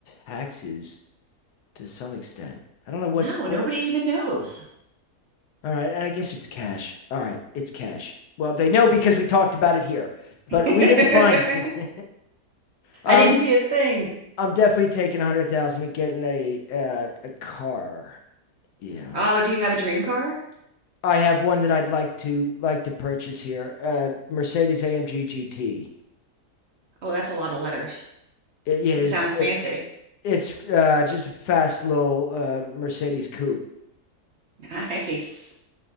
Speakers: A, on the left; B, on the right.
A: taxes to some extent. I don't know
B: No,
A: what what.
B: nobody even knows.
A: All right, I guess it's cash. All right, it's cash. Well, they know because we talked about it here, but
B: <laughs> I
A: we didn't find it. <laughs> Um,
B: didn't see a thing.
A: I'm definitely taking a hundred thousand and getting a uh, a car. Yeah, um,
B: Oh, do you have a dream car?
A: I have one that I'd like to like to purchase here. Uh, Mercedes AMG GT.
B: Oh, that's a lot of letters.
A: It- yeah,
B: It
A: it is.
B: sounds
A: It's
B: fancy.
A: it's uh, just a fast little uh, Mercedes coupe.
B: <laughs> Nice.